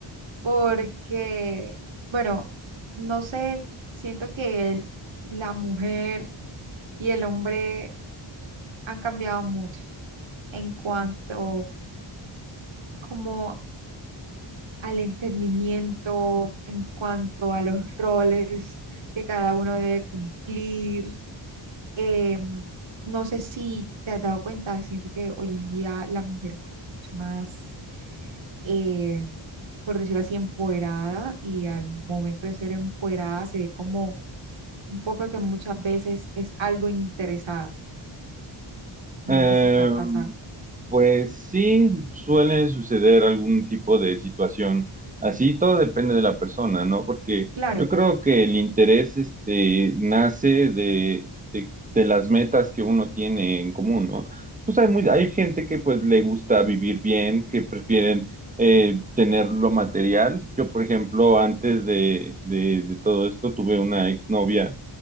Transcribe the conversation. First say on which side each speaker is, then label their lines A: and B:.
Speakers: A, on the right; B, on the right.
A: porque, bueno, no sé, siento que el- la mujer y el hombre han cambiado mucho en cuanto como al entendimiento, en cuanto a los roles que cada uno debe cumplir Eh, no sé si te has dado cuenta, siento que hoy en día la mujer es como mucho más, eh, por decirlo así, empoderada y al momento de ser empoderada se ve como un poco que muchas veces es algo interesada.
B: Eh,
A: No sé si te ha pasado.
B: Pues sí, suele suceder algún tipo de situación así, todo depende de la persona, ¿no? Porque
A: Claro,
B: yo creo que el interés este, nace de, de, de las metas que uno tiene en común, ¿no? Pues hay,
A: ok.
B: muy, hay gente que pues le gusta vivir bien, que prefieren eh, tener lo material. Yo, por ejemplo, antes de, de, de todo esto tuve una exnovia